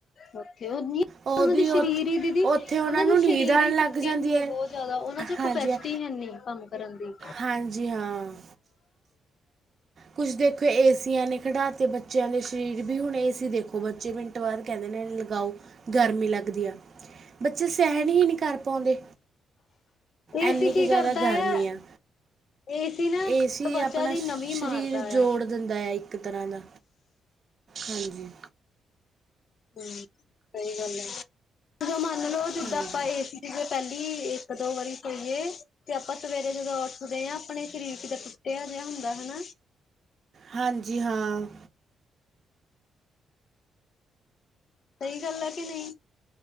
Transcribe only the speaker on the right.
ਉਹਦੀ
ਉੱਥੇ
ਉੱਥੇ
ਨੂੰ
ਨੀਂਦ ਆਉਣ
ਲੱਗ ਜਾਂਦੀ
ਹੈ
ਹਾਂਜੀ
ਹਾਂ।
ਹਾਂਜੀ ਹਾਂ ਕੁਝ ਦੇਖੋ ਏਸੀਆਂ ਨੇ ਘਟਾ ਤੇ ਬੱਚ ਬੱਚਿਆਂ ਦੇ ਸਰੀਰ ਵੀ ਹੁਣ ਏ ਸੀ ਦੇਖੋ ਬੱਚੇ ਮਿੰਟ ਬਾਅਦ ਕਹਿੰਦੇ ਨੇ ਲਗਾਓ ਗਰਮੀ ਲੱ ਗਦੀ ਆ ਬੱਚੇ ਸਹਿਣ ਹੀ ਨੀ ਕਰ ਪਾਉਂਦੇ
ਇਨੀ
ਕੁ ਜ਼ਿਆਦਾ
ਗਰਮੀ
ਆ।
ਏ ਸੀ
ਆਪਣਾ
ਸ਼ਰੀਰ
ਜੋੜ
ਦਿੰਦਾ ਹੈ ਇੱਕ ਤਰ੍ਹਾਂ ਦਾ। ਹਾਂਜੀ।
ਹਾਂਜੀ
ਹਾਂਜੀ ਹਾਂ।